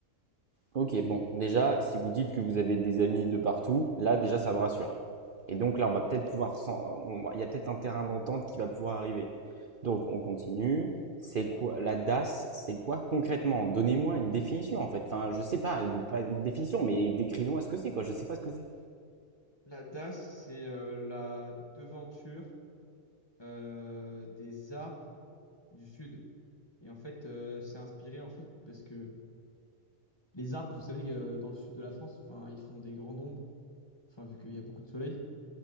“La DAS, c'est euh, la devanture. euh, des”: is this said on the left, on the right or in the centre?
Left